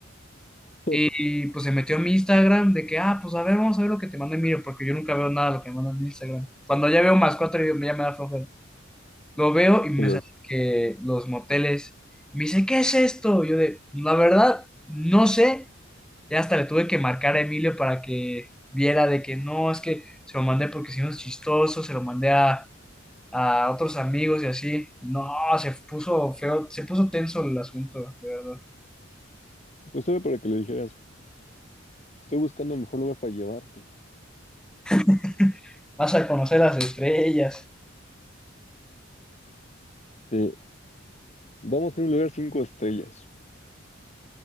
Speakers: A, on the left; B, in the centre.
A: <laughs>
B: Y, y, pues se metió a mi Instagram de que, ah, pues a ver, vamos a ver lo que te manda Emilio, porque yo nunca veo nada de lo que me mandan en Instagram. Cuando ya veo más cuatro, yo- ya me da flojera. Lo veo y me
A: Y lo-
B: sale que los moteles. Me dice, ¿qué es esto? Yo de, la verdad, no sé, Ya hasta le tuve que marcar a Emilio para que viera de que no, es que se lo mandé porque si no es chistoso, se lo mandé a, a otros amigos y así. No, se puso feo, se puso tenso el asunto, de verdad.
A: Pues era para que le dijeras, estoy buscando el mejor lugar para llevarte.
B: <laughs> Vas a conocer las estrellas.
A: Sí, vamos a ir a un lugar cinco estrellas.